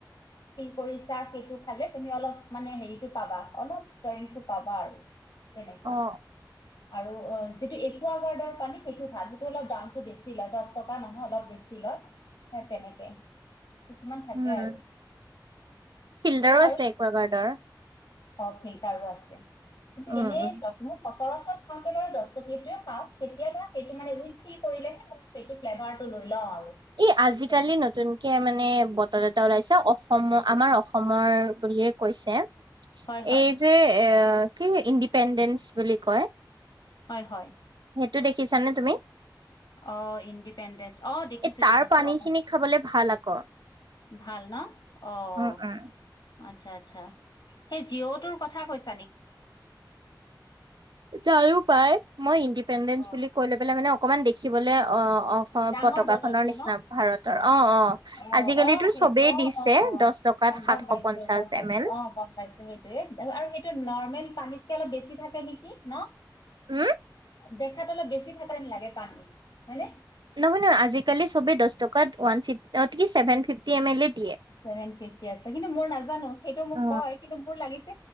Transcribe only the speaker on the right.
অ
উম
ফিল্টাৰো
আছে একোৱাগাৰ্ডৰ।
উম
উম।
এ' আজিকালি
নতুনকে মানে বটল এটা ওলাইছে অসম আমাৰ অসম অসমৰ বুলিয়ে কৈছে
এই যে এ কি ইণ্ডিপেণ্ডেন্ঞ্চ বুলি কয়
সেইটো দেখিছানে তুমি?
এই
তাৰ
পানী
খিনি খাবলে ভাল আকৌ।
উম উম।
<inaudible> যাৰো পাই মই ইণ্ডিপেণ্ডেস
বুলি কৈ লৈ পেলাই মানে অকমান দেখিবলে অ' অসম
পতাকাখনৰ
নিচিনা
ভাৰতৰ অ', - অ',।
আজিকালিতো
চবেই
দিছে
দহ
টকাত
সাতশ
পঞ্চাশ
এম এল
হম
নহয় -নহয় আজিকালি চবে দচ টকাত ওৱান ফিফটি অ' ঠিক আছে ছেভেন ফিফটি ম এল লিত
অ